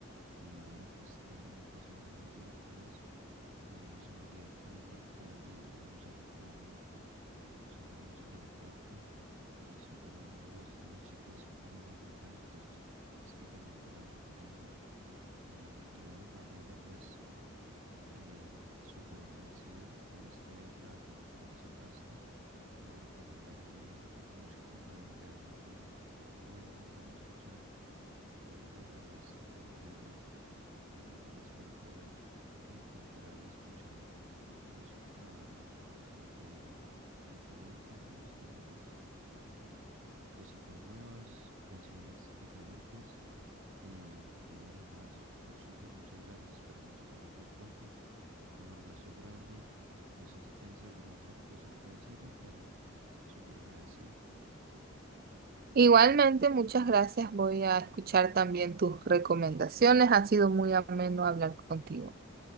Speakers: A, on the right (about 75°); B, on the right (about 45°).
A: Y bueno, pues tienen unas canciones muy divertidas con una sonoridad muy particular y bueno, usando el flamenco, usando la música electrónica y son también unas voces de unas chicas muy, muy, muy talentosas. Así que también te las recomiendo. Y, y bueno, Gabriela, pues em, súper agradecido por este ratico que me sacaste, por recomendarme música nueva. Realmente voy a sentarme a escuchar, voy a agregarlas a mi playlist y, y espero poder encontrar y escuchar música, como te digo, diferente, nuevos géneros, eh, cositas nuevas, canciones diferentes y, y bueno, nada, su- súper, muchas gracias. Espero que nos podamos ver pronto. Un abrazo grande. No sé si tienes alguna otra cosa que decirme, pero súper agradecido.
B: Igualmente, muchas gracias. Voy a escuchar también tus recomendaciones. Ha sido muy ameno hablar contigo.